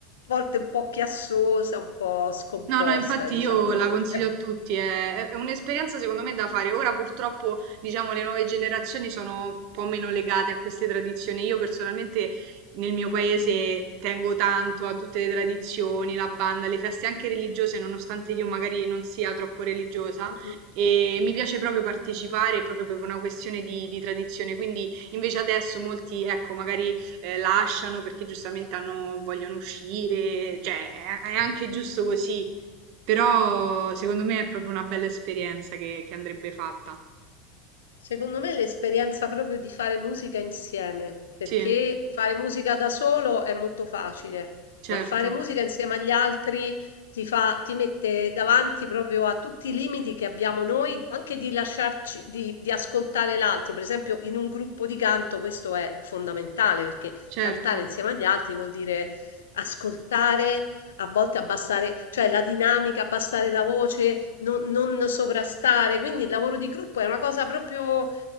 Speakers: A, on the left; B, on the right.
A: volte un po' chiassosa, un po' scomposta,
B: No, no, infatti
A: diciamo.
B: io
A: anche-
B: la consiglio
A: <laughs>
B: a tutti, è, è- è un'esperienza secondo me da fare. Ora purtroppo, diciamo, le nuove generazioni sono un po' meno legate a queste tradizioni. Io personalmente nel mio paese tengo tanto a tutte le tradizioni, la banda, le feste anche religiose, nonostante io magari non sia troppo religiosa.
A: Mm, mm.
B: E mi piace proprio partecipare proprio per una questione di, di tradizione. Quindi invece adesso molti, ecco, magari eh, lasciano perché giustamente hanno- vogliono uscire, cioè è è anche giusto così. Però secondo me è proprio una bella esperienza che, che andrebbe fatta.
A: Secondo me è l'esperienza proprio di fare musica insieme, perché
B: Sì,
A: fare musica da solo è molto facile,
B: certo,
A: ma fare musica insieme agli altri ti fa, ti mette davanti proprio a tutti i limiti che abbiamo noi, anche di lasciarci, di, di ascoltare l'altro. Per esempio, in un gruppo di canto questo è fondamentale, perché
B: certo,
A: cantare insieme agli altri vuol dire ascoltare a volte abbassare, cioè la dinamica, abbassare la voce, non, non sovrastare. Quindi il lavoro di gruppo è una cosa proprio